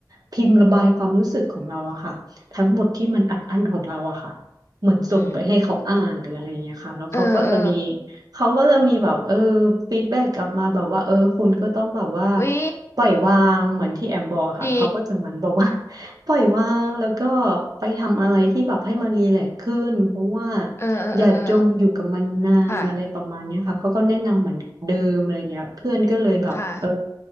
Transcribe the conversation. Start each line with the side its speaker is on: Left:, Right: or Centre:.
Right: พิมพ์ระบายความรู้สึกของเราอะค่ะทั้งหมดที่มันอัดอั้นของเราอะค่ะเหมือนส่งไปให้เขาอ่านหรืออะไรอย่างเงี้ยค่ะแล้วเขาก็จะมี
Left: อืมเออเออ
Right: เขาก็จะมีแบบเออฟีดแบ็กกลับมาแบบว่าเออคุณก็ต้องแบบว่า
Left: วิ
Right: ปล่อยวางเหมือนที่แอมบอกค่ะเขาก็จะเหมือนบอกว่า
Left: ดี
Right: ปล่อยวางแล้วก็ไปทำอะไรที่แบบให้มันรีแลกซ์ขึ้นเพราะว่า
Left: เออเออเออ
Right: อย่าจมอยู่กับมันนานอะไรประมาณเนี้ยค่ะเขาก็แนะนำเหมือนเดิมอะไรเงี้ยเพื่อนก็เลยแบบเออ
Left: ค่ะค่ะ